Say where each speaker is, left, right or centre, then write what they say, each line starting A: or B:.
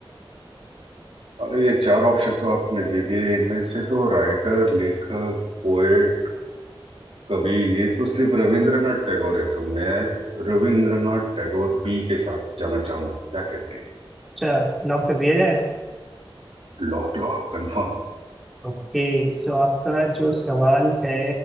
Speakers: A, on the right (about 85°); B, in the centre.
A: अरे ये चार ऑप्शन तो आपने दे दिए इनमें से तो राइटर लेखक पोएट कवि ये तो सिर्फ रविंद्रनाथ टैगोर है तो मैं रविंद्रनाथ टैगोर बी के साथ जाना चाहूंगा क्या कहते हैं
B: अच्छा लॉक कर दिया जाए
A: Lock lock confirm
B: ओके सो आपका जो सवाल है